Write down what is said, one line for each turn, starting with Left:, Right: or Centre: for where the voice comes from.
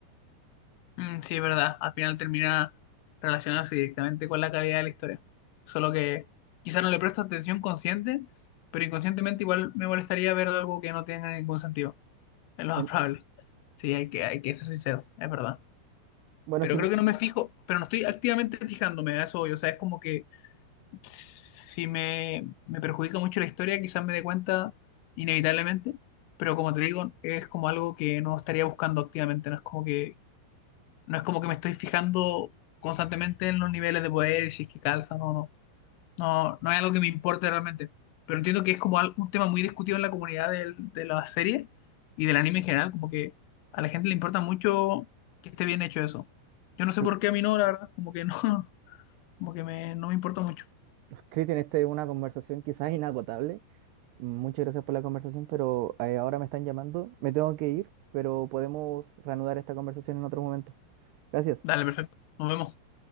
Left: Mm, sí, es verdad. Al final termina relacionándose directamente con la calidad de la historia. Solo que quizás no le presto atención consciente, pero inconscientemente igual me molestaría ver algo que no tenga ningún sentido. Es lo más
Right: En-
Left: probable. Sí, hay que, hay que ser sincero, es verdad.
Right: bueno,
Left: Pero
Right: si,
Left: creo
Right: no-
Left: que no me fijo, pero no estoy activamente fijándome a eso hoy. O sea, es como que si me, me perjudica mucho la historia, quizás me dé cuenta inevitablemente. Pero como te digo, es como algo que no estaría buscando activamente. No es como que no es como que me estoy fijando constantemente en los niveles de poder y si es que calzan o no. No, no es algo que me importe realmente. Pero entiendo que es como al- un tema muy discutido en la comunidad del- de la serie y del anime en general. Como que a la gente le importa mucho que esté bien hecho eso. Yo no sé
Right: sí,
Left: por qué a mí no, la verdad. Como que no, <laughs> como que me, no me importa mucho.
Right: Cristian, esta es una conversación quizás inagotable. Muchas gracias por la conversación, pero eh, ahora me están llamando, me tengo que ir, pero podemos reanudar esta conversación en otro momento. Gracias.
Left: Dale, perfecto. Nos vemos.